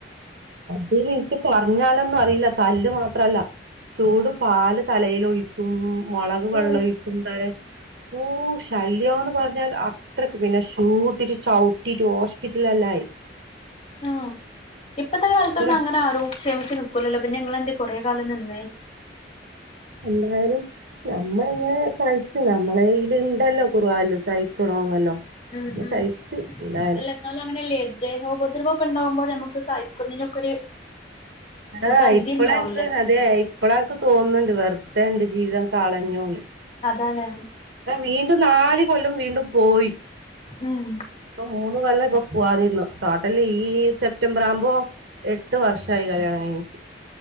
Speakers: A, on the right; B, on the left.
A: തിൽ ൻക്ക് പ്പോ പറഞ്ഞാലൊന്നും അറിയില്ല തല്ല് മാത്രല്ല ചൂട് പാല് തലേലൊഴിക്കും മൊളക് വെള്ളൊയിക്കുംഊ
B: ഓ
A: ശല്യംന്ന് പറഞ്ഞാൽ അത്രയ്ക്ക് വിനശ് കൂട്ടിട്ട് ചവ്ട്ടീട്ട് ഹോസ്പിറ്റലല്ലായി
B: ആ ഇപ്പത്തെ കാലത്തൊന്നും
A: ഇത്ര
B: അങ്ങനെ ആരും ക്ഷമിച് നിക്കൂലല്ലോ. പിന്നെ ങ്ങളെന്തെ കൊറെ കാലം നിന്നെ
A: എല്ലാരും നമ്മ ഇങ്ങനെ സഹിച്ച് നമ്മളേൽ ഇണ്ടല്ലോ കുറുവായാലും സഹിക്കണോന്നല്ലോ
B: മം
A: പിന്നെ
B: മം
A: സഹിച്ചു എന്തായാലും
B: അല്ല ന്നാലും അങ്ങനെല്ലേയിര് ദേഹോപദ്രവമ ഒക്കെ ണ്ടാകുമ്പോൾ നമുക്ക് സഹിക്കുന്നതിനൊക്കെ ഒരു ഒരു
A: ആ
B: പരിധി
A: ഇപ്പള
B: ഉണ്ടാവൂല്ലേ
A: അനക്ക് അതെ ഇപ്പഴക്ക് തോന്നുന്നുണ്ട് വെറുതെ എന്റെ ജീവിതം കാളഞ്ഞു
B: അതാണ്
A: വീണ്ടും നാല് കൊല്ലം വീണ്ടും പോയി.
B: ഉം
A: ഇപ്പൊ മൂന്ന് കൊല്ല ഇപ്പൊ പോവാതിരുന്നു. ടോട്ടലി ഈ സെപ്റ്റംബർ ആവുമ്പോ എട്ട് വർഷമായി കല്യാണം കഴിഞ്ഞിട്ട്.